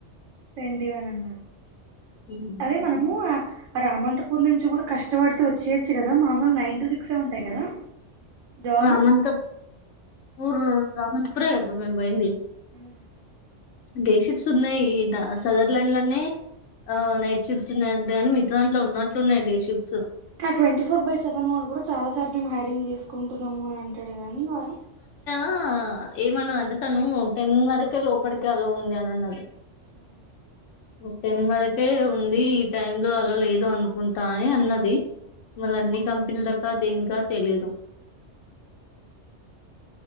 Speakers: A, on the right; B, on the left.
A: ట్వంటీ వన్ అన
B: హ్మ్.
A: అదే మనము ఆ రామంతపూర్ నుంచి కూడా కష్టపడితే వచ్చేయచ్చు కదా మామూల్ నైన్ టు సిక్స్యె ఉంటయ్ కదా జాబ్
B: రామంత పుర్ రామాంతపురే ఎబ్బుడు మేమ్ పోయింది.
A: హ్మ్
B: డే షిఫ్ట్స్ ఉన్నయ్ ఇ ద సదర్లాండ్ లోనే, ఆ నైట్ షిఫ్ట్స్ ఉన్నాయంటేకానీ మిత్త దాంట్లో ఉన్నట్లున్నాయి డే షిఫ్ట్స్
A: కా ట్వంటీ ఫోర్ బై సెవెన్ వాళ్లు కూడా చాలా సార్ల్ గింగ్ హైరింగ్ చేసుకుంట్ రమ్ము అని అంటడు గానీ ఆ
B: ఆ ఏమన్నదంటే తను టెన్ వరకే లోపడికి అల్లో ఉంది అని అన్నది.
A: హు
B: ఒక్ టెన్ వరకే ఉంది ఈ టైమ్ లో అలో లేదు అనుకుంటా అని అన్నది, మళ్ళ అన్ని కంపెనీలకా దినికా తెలీదు.